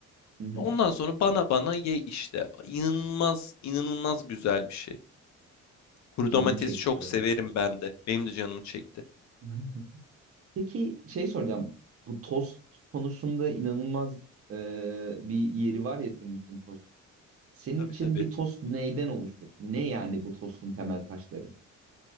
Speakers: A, on the right (about 50°); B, on the left (about 65°).
A: Hı hı.
B: Ondan sonra bana bana ye işte. İnanılmaz, inanılmaz güzel bir şey. Kuru
A: Canım
B: domatesi
A: çekti
B: çok
A: ya.
B: severim ben de. Benim de canım çekti.
A: Hı hı. Peki şey soracağım. Bu tost konusunda inanılmaz e, bir yeri var ya senin için tost. Senin
B: Tabii
A: için
B: tabii.
A: bir tost neyden oluşur? Ne yani bu tostun temel taşları?